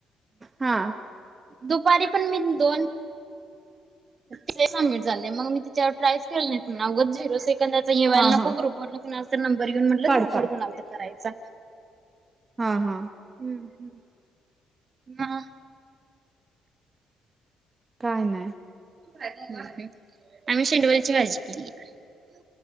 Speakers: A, on the right (about 25°); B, on the right (about 45°).
A: हा
B: दुपारी पण मी दोन. ते सबमिट झाले मग मी तिच्यावर प्राईस. नाही त अग झिरो सेकंदाचा हे व्हायला
A: हा
B: नको,
A: हा
B: ग्रुपवर न कोणाचा तरी नंबर घेऊ म्हटलं
A: काढ
B: ग्रुप
A: काढ
B: वर कुणाला तर करायचा.
A: हा हा..
B: हम्म हम्म ना.
A: काय नाही
B: आम्ही शेंडवेची भाजी केल्या.